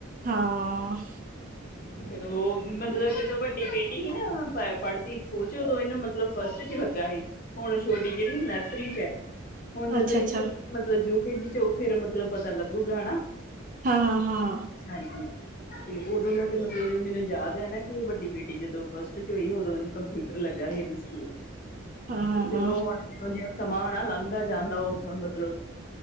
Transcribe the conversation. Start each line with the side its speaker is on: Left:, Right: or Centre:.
Right: ਹਾਂ <unintelligible>
Left: ਹੈਲੋ ਮਤਲਬ ਜਦੋਂ ਵੱਡੀ ਬੇਟੀ ਸੀ ਨਾ ਪੜ੍ਹਦੀ ਸਕੂਲ ਚ ਉਦੋਂ ਇਹਨੂੰ ਮਤਲਬ ਫਸਟ ਚ ਲੱਗਾ ਸੀ ਹੁਣ ਛੋਟੀ ਜਿਹੜੀ ਨਰਸਰੀ ਚ ਹੈ ਹੁਣ ਜਦੋਂ
Right: ਅੱਛਾ
Left: ਇਹ
Right: ਅੱਛਾ
Left: ਹੋਊਗੀ ਮਤਲਬ ਯੂ ਕੇ ਜੀ ਚ ਹੋਉ ਫੇਿਰ ਮਤਲਬ ਪਤਾ ਲੱਗੂਗਾ ਹੈਨਾ
Right: ਹਾਂ-ਹਾਂ
Left: ਹਾਂਜੀ ਤੇ ਉਦੋਂ ਦਾ ਤਾਂ ਮਤਲਬ ਜ ਮੈਨੂੰ ਯਾਦ ਹੈ ਨਾ ਕਿ ਉਹ ਵੱਡੀ ਬੇਟੀ ਜਦੋਂ ਫਸਟ ਚ ਹੋਈ ਉਦੋਂ ਉਹਨੂੰ ਕੰਪਿਊਟਰ ਲੱਗਾ ਸੀ ਇਹਦੇ ਸਕੂਲ
Right: ਹਾਂ
Left: ਤੇ
Right: ਹਾਂ
Left: ਚਲੋ
Right: ਹਾਂ
Left: ਹੁਣ ਜਿ ਜਿਹਾ ਸਮਾਂ ਹੈਣਾ ਲੰਘਦਾ ਜਾਂਦਾ ਉਹ ਮਤਲਬ